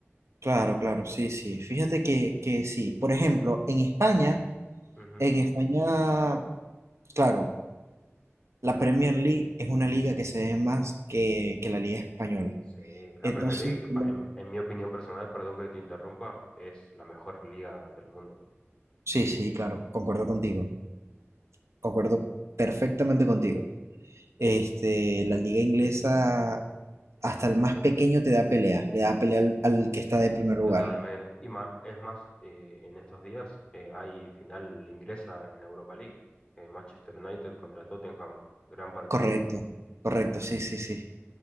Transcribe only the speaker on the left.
Ujú.
Sí, la
Premier League, pa-
en, en mi opinión personal, perdón que te interrumpa, es la mejor liga del mundo,
totalmente. Y ma- es más, eh, en estos días eh, hay final inglesa en la Europa League, eh, Manchester United contra Tottenham, gran partido.